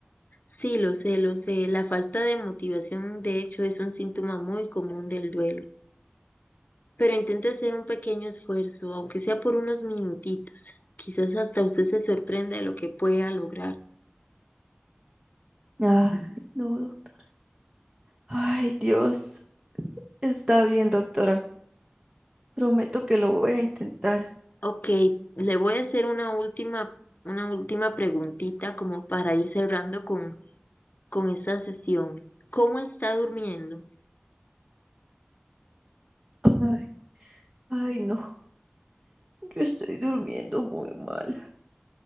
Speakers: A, on the left; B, on the right.
A: sí, lo sé, lo sé. La falta de motivación, de hecho, es un síntoma muy común del duelo. Pero intente hacer un pequeño esfuerzo, aunque sea por unos minutitos. Quizás hasta usted se sorprenda de lo que pueda lograr.
B: Ay, No, doc- Ay, Dios. Está bien, doctora. Prometo que lo voy a intentar.
A: Ok, le voy a hacer una última, una última preguntita como para ir cerrando con, con esta sesión. ¿Cómo está durmiendo?
B: Ay, ay, no. Yo estoy durmiendo muy mal.